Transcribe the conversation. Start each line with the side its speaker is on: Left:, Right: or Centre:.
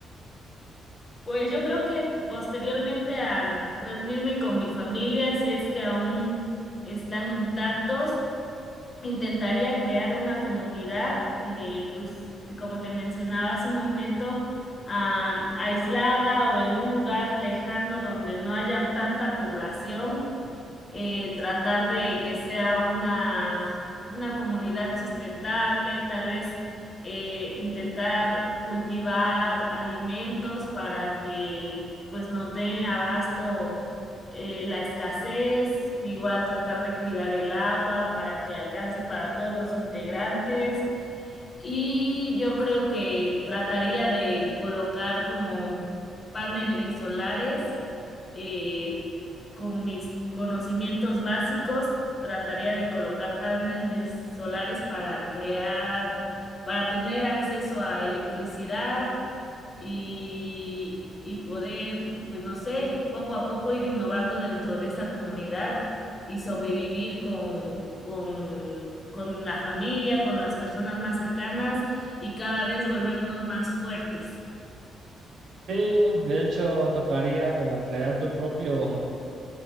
Left: Pues yo creo que posteriormente a mm, reunirme con mi familia, si es que aún están intactos, intentaría crear una comunidad, eh, pues como te mencionaba hace un momento, ah, aislada o en un lugar lejano donde no haya tanta población eh, tratar de que sea una, una comunidad sustentable, tal vez eh, intentar cultivar alimentos para que pues nos den abasto eh, la escasez, igual tratar de cuidar el agua para que alcance para todos los integrantes. Y yo creo que trataría de colocar como paneles solares eh, con mis conocimientos básicos, trataría de colocar paneles solares para crear, para tener acceso a electricidad y, y poder, pues no sé, poco a poco ir innovando dentro de esa comunidad y sobrevivir con, con, con la familia, con las personas más cercanas y cada vez volvernos más fuertes.
Right: Sí, de hecho tocaría como crear tu propio